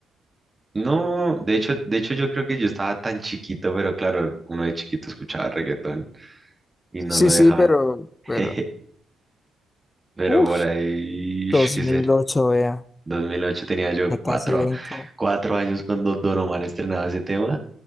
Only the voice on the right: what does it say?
No, de hecho, de hecho yo creo que yo estaba tan chiquito, pero claro, uno de chiquito escuchaba reggaetón y no
lo dejaban.
<laughs>
Pero
por ahí, ish,
¿qué
ser?
dos mil ocho tenía yo
cuatro,
cuatro años cuando Don Omar estrenaba ese tema